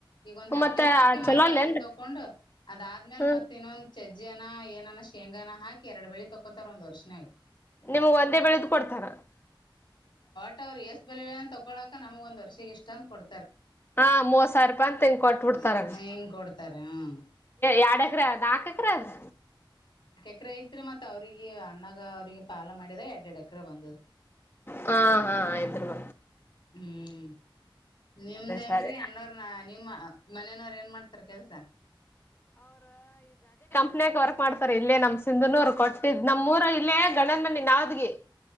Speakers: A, on the left; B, on the left.
A: ಈಗೊಂದು ಹತ್ತಿ
B: ಮತ್ತೆ
A: ಹಾಕಿ
B: ಚಲೋ
A: ಮತ್ತ
B: ಅಲ್ಲೇನ್ರಿ
A: ಅದು ತಕೊಂಡು ಅದಾದ್ಮೇಲ್
B: ಹ್ಮ್
A: ಮತ್ತ ಇನ್ನೊಂದ ಚಜ್ಜಿಯನ ಏನನ ಶೇಂಗಾನ ಹಾಕಿ ಎರಡು ಬೆಳಿ ತಕೋತಾರ ಒಂದ್ ವರ್ಷನ್ಯಾಗ.
B: ನಿಮ್ಗ್ ಒಂದೇ ಬೆಳೆದು ಕೊಡ್ತಾರ.
A: ವಟ್ಟ್ ಅವರ ಎಷ್ಟ್ ಬೆಳೆಯನ್ನ ತಕ್ಕೋತಾ ಪಳಕ ನಮಗ ಒಂದ ವರ್ಷಿಗೆ ಇಷ್ಟ ಅಂತ ಕೊಡ್
B: ಹಾ ಮೂವತ್ತ್ ಸಾವಿರ ರೂಪಾಯಿ ಇಂತ ಅಂತ ಕೊಟ್ಬಿಡ್ತಾರ
A: ಹ್ಮ್
B: ಹಂಗ್
A: ಹಿಂಗ್ ಕೊಡ್ತಾರೆ ಹ್ಮ್
B: ಯಾಡ್ ಎಕ್ರೆ ಅದ್ ನಾಕ ಎಕ್ರೆ ಅದ್.
A: ಎಕ್ರೆ ಐತ್ರಿ ಮತ್ತ್ ಅವ್ರಿಗೆ ಅಣ್ಣಗ ಅವ್ರಿಗೆ ಪಾಲ ಮಾಡಿದ ಯಾಡ್ ಯಾಡ್ ಎಕರೆ ಬಂದದ.
B: ಹಾ ಹಾ ಆತರೀ ನ
A: ಹ್ಮ್ ನಿಮ್ದ್ ಹೆಂಗ್ರೀ
B: ಸರಿ
A: ಅಣ್ಣೋರನ ನಿಮ್ಮ ಮನೇನವ್ರ ಏನ್ ಮಾಡ್ತಾರ ಕೆಲ್ಸ
B: ಕನ ವರ್ಕ್ ಮಾಡ್ತಾರೆ ಇಲ್ಲೇ ನಮ್ ಸಿಂಧುನೂರ್ ಕೊಟ್ಟಿದ್ದ್ ನಮ್ಮೂರ ಇಲ್ಲೇ ಗಂಡನ್ ಮನಿ ನಾವದಗಿ